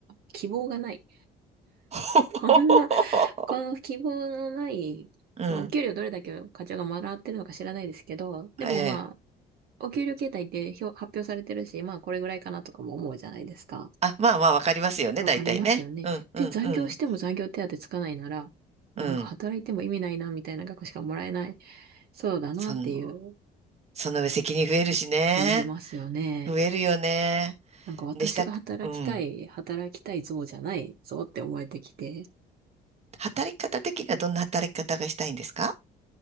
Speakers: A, on the right; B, on the right.
A: 希望がない。
B: <laughs>
A: こんな、この希望のない、
B: うん、
A: まあお給料どれだけ課長がもらってるのか知らないですけど、でもまあ
B: ええ。
A: お給料形態って表、発表されてるし、まあこれぐらいかなとかも思うじゃないですか。
B: あ、まあまあ、わかりますよね、
A: わかりますよね。
B: 大体ね。うん、うん、
A: で、残業しても残業手当つかないなら、
B: うん、
A: なんか働いても意味ないなみたいな額しかもらえない。
B: うん。
A: そうだなっていう、
B: その、その上責任増えるしね。
A: 増えますよね。
B: 増えるよね。
A: なんか私が働きたい、
B: でした、うん。
A: 働きたい像じゃない像って思えてきて。
B: 働き方的にはどんな働き方がしたいんですか